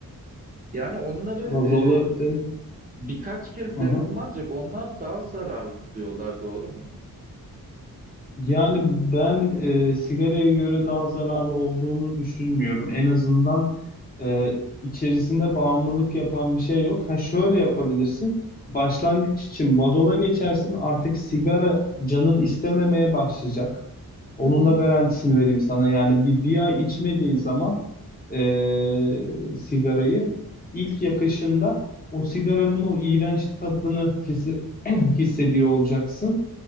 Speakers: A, on the right; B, on the left.
A: Yani onları
B: Vazolları
A: e,
B: den
A: birkaç kez
B: Hı
A: denedim
B: hı.
A: ancak onlar daha zararlı diyorlar doğru mu?
B: Yani ben e, sigaraya göre daha zararlı olduğunu düşünmüyorum. En azından e, içerisinde bağımlılık yapan bir şey yok. Ha şöyle yapabilirsin. Başlangıç için vazola geçersin. Artık sigara canın istememeye başlayacak. Onun
A: Hı hı.
B: da garantisini vereyim sana. Yani bir, bir ay içmediğin zaman eee, sigarayı ilk yakışında o sigaranın o iğrenç tadını hisse- <clears throat> hissediyor olacaksın.